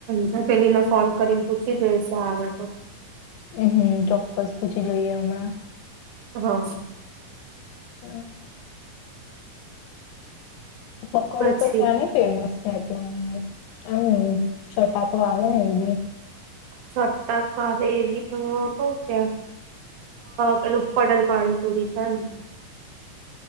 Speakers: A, on the right; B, on the left.
A: ચા પલી ફોન કરીને પૂછી જઈશે આવે તો
B: હમ હમ ચોક્કસ પૂછી જોઈએ હમણાં
A: હા
B: હમ પકોડી
A: પછી
B: તો ક્યાંની ફેમસ ટ હ છોટા પવા નવી
A: ચટાકહે એવી તો ક કે પેલું પડલ પાણી પૂરી છે, ને